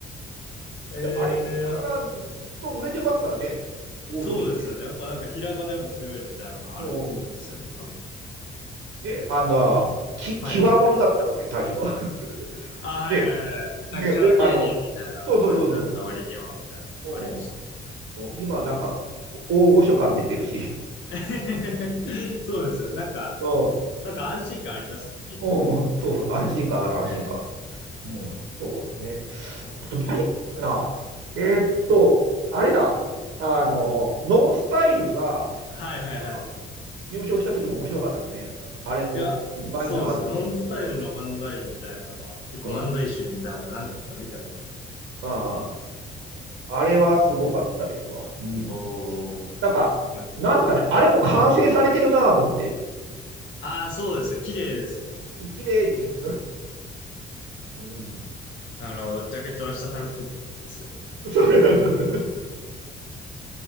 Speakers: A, on the left; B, on the right.
A: えー、
B: で、あれからずっと売れてますからね、
A: あ
B: オードリーって。
A: そうですよね。やっぱなんか平場でも強いみたいなのあるんですよね、
B: おうん
A: 多分。
B: で、あの、き、
A: はい。
B: 際物だったのに、最初は。<laughs>
A: あ、はいはいはいはい。
B: で、
A: なんかキャラ芸人みたいな感じだった割には、
B: で、お、あの、そうそうそうそうそ
A: みたいな、
B: う。
A: ありますよね。
B: うん、うん今、なんか、お大御所感出てるし。
A: <laughs> そうですよ。なんか、
B: うん、
A: なんか安心感ありますよね、見ると。
B: うん、そうそう、安心感ある、安心感ある。
A: ええ
B: うん、あとね、
A: あと
B: あと何があったかなえーっと、あれだ、あの、ノンスタイルが、
A: はいはいはい。
B: なんか、優勝した時も面白かったですね。あれもうまいなと思って。
A: いや、そうですよ。ノンスタイルの漫才みたいなのは、
B: うん。
A: 結構漫才集みたいなので何個か見たことあります。
B: うん。ああ。あれはすごかったですわ。うん。
A: おー。
B: なんか、
A: ま、
B: なんすかね、
A: はい。
B: あれも完成されてるなと思って。
A: ああ、そうですね。綺麗ですよね。
B: 綺麗に。うん。
A: あの、ジャケットの下タンクトップのやつですよね。
B: そう <laughs>